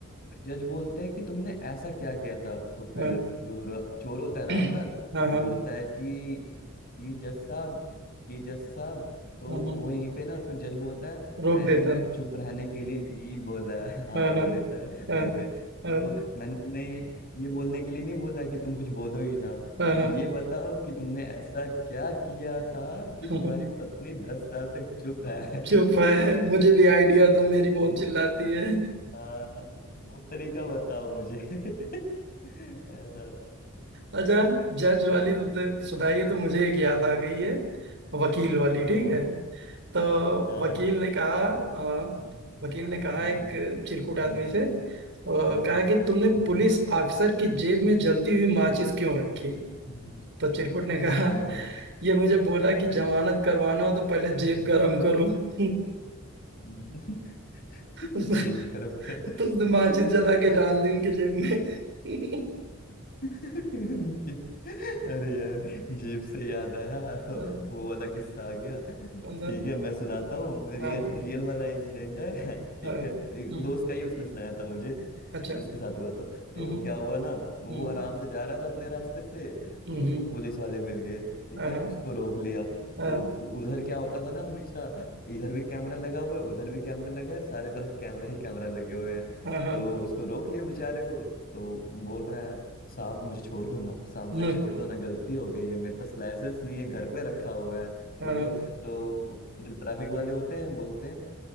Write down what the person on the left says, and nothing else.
फिर जज बोलते हैं कि तुमने ऐसा क्या किया था तो फिर
जो र- चोर होता
है रामलाल
वो
बोलता है कि कि जज साहब कि जज साहब तो
वहीं पे ना फिर जज बोलता है
मैंने
तुम्हें
चुप रहने के लिए नहीं बोला है <laughs> हाँ
रोक
देता है
वहीं पे तो
मैंने तुम्हें ये बोलने के लिए नहीं बोला है कि तुम कुछ बोलो ही ना
मुझे
ये बताओ कि तुमने ऐसा क्या किया था कि
तुम्हारी पत्नी दस साल तक चुप है
<laughs>
वो
हाँ वो तरीका बताओ मुझे <laughs> ऐसा
हम्म,
हम्म,
हम्म,
हाँ
हाँ
हम्म,
हम्म,
हम्म,
हम्म,
हम्म,
हम्म,
हाँ
हम्म,
हम्म,
हम्म। <laughs>
जीभ खराब करो
<laughs>
<laughs> अरे यार जेब से याद आया
वो वाला किस्सा आ गया ठीक
है मैं सुनाता हूँ रियल
रियल वाला इंसिडेंट है ठीक
है एक
दोस्त का ही उसने सुनाया था मुझे
उसके साथ हुआ था
तो क्या हुआ ना वो
आराम से जा रहा था अपने रास्ते से
तो
उसको
पुलिस वाले मिल गए ठीक
है
उसको रोक लिया
तो उधर क्या होता था ना हमेशा इधर भी कैमरा लगा हुआ है उधर भी कैमरा लगा है सारे तरफ कैमरा ही कैमरा लगे हुए हैं
तो उसको रोक लिया बेचारे को तो बोल रहा है साहब मुझे छोड़ दो ना साहब मुझे
छोड़ दो ना गलती हो गई है मेरे पास लाइसेंस नहीं है घर पे रखा हुआ है छोड़
दो
तो वो जो ट्रैफिक वाले होते हैं बोलते हैं